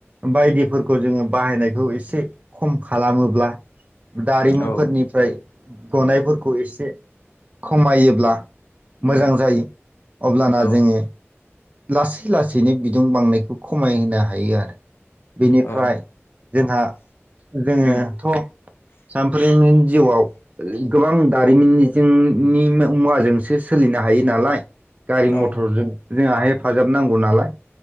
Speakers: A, on the right; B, on the left.
A: बायदिफोरखौ जोङो बाहायनायखौ एसे खम खालामोब्ला दारिमिनफोरनिफ्राय
B: औ
A: गनायफोरखौ एसे खमायोब्ला
B: उम
A: मोजां जायो अब्लाना
B: औ
A: जोङो लासै लासैनो बिदुं बांनायखौ खमायहोनो हायो आरो बेनिफ्राय
B: औ
A: जोंहा जोङोथ
B: उम
A: सामफ्रोम जिउआव गोबां दारिमिननिजों
B: औ
A: नि मुवाजोंसो सोलिनो हायो नालाय गारि
B: औ
A: मथरजों जोंआहाय हेफाजाब नांगौ नालाय।